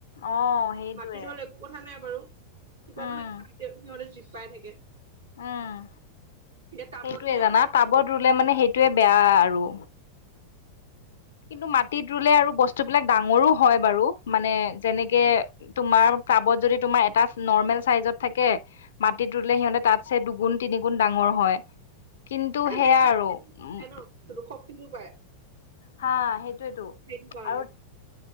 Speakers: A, on the left; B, on the right.
A: অ সেইটোয়ে
B: মাটি হলে একো কথা নাই বাৰু। কিবা
A: উম
B: নহয় সিহঁতে জীপ পাই থাকে।
A: উম
B: এতিয়া টাবত
A: সেইটোয়ে
B: দিলে
A: জানা টাবত ৰুলে মানে সেইটোয়ে বেয়া আৰু কিন্তু মাটিত ৰুলে আৰু বস্তুবিলাক ডাঙৰো হয় বাৰু মানে যেনেকে তোমাৰ ক্াবত যদি তোমাৰ এটা নৰ্মেল চাইজত থাকে মাটিত ৰুলে সিহঁতে তাতছে দুগুণ তিনিগুণ ডাঙৰ হয় কিন্তু
B: সেইটো
A: সেয়া
B: নেচাৰ
A: আৰু উ
B: ন বস্তুটো শক্তিটো পায়
A: হা সেইটোয়েতো
B: সেইটো কাৰণে
A: আৰু